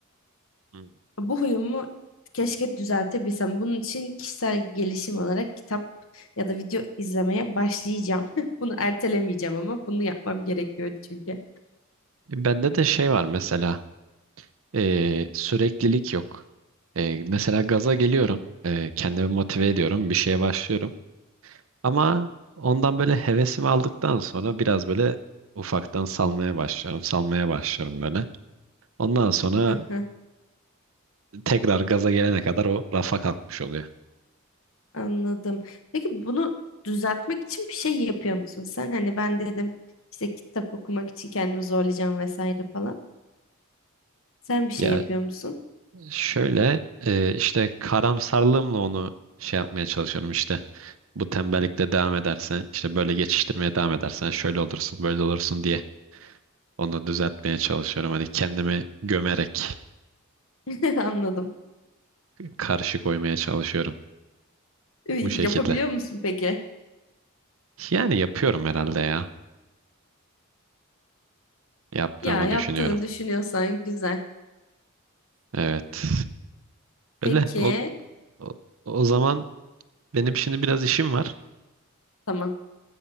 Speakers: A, on the right (about 65°); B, on the left (about 65°).
A: Hmm.
B: Bu huyumu keşke düzeltebilsem. Bunun için kişisel gelişim olarak kitap ya da video izlemeye başlayacağım. <laughs> Bunu ertelemeyeceğim ama bunu yapmam gerekiyor çünkü.
A: Bende de şey var mesela eee, süreklilik yok. Eee, mesela gaza geliyorum. eee, kendimi motive ediyorum. Bir şeye başlıyorum. Ama ondan böyle hevesimi aldıktan sonra biraz böyle ufaktan salmaya başlıyorum. Salmaya başlıyorum böyle. Ondan sonra
B: <laughs>
A: tekrar gaza gelene kadar o rafa kalkmış oluyor.
B: Anladım. Peki bunu düzeltmek için bir şey yapıyor musun sen? Hani ben dedim işte kitap okumak için kendimi zorlayacağım vesaire falan. Sen bir şey
A: Ya
B: yapıyor musun?
A: şöyle eee, işte karamsarlığımla onu şey yapmaya çalışıyorum işte. bu tembellikle devam edersen işte böyle geçiştirmeye devam edersen şöyle olursun böyle olursun diye onu düzeltmeye çalışıyorum. Hani kendimi gömerek
B: <laughs> Anladım.
A: karşı koymaya çalışıyorum
B: Ee, Yapabiliyor
A: bu şekilde.
B: musun peki?
A: Yani yapıyorum herhalde ya. Yaptığımı
B: Ya yaptığını
A: düşünüyorum.
B: düşünüyorsan güzel.
A: Evet. Öyle.
B: Peki.
A: O, o, o zaman benim şimdi biraz işim var.
B: Tamam.